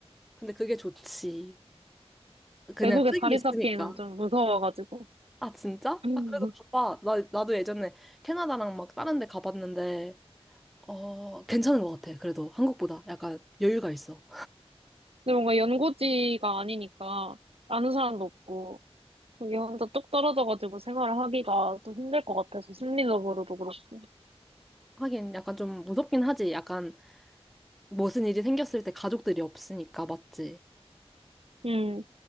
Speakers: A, in the centre; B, on the right (about 60°).
A: 근데 그게 좋지. 그냥
B: 외국에
A: 쓰기
B: 자리
A: 있으니까.
B: 잡기에는 좀 무서워가지고.
A: 아, 진짜?
B: <laughs>
A: 아, 그래도 가봐.
B: 근데
A: 나, 나도 예전에 캐나다랑 막 다른 데 가봤는데, 어, 괜찮은 것 같아. 그래도 한국보다 약간 여유가 있어.
B: 뭔가 연고지가 아니니까, 아는 사람도 없고, 거기 혼자 뚝 떨어져가지고 생활을 하기가 좀 힘들 것 같아서 심리적으로도 그렇고.
A: 하긴 약간 좀 무섭긴 하지. 약간 무슨 일이 생겼을 때 가족들이 없으니까, 맞지?
B: 음.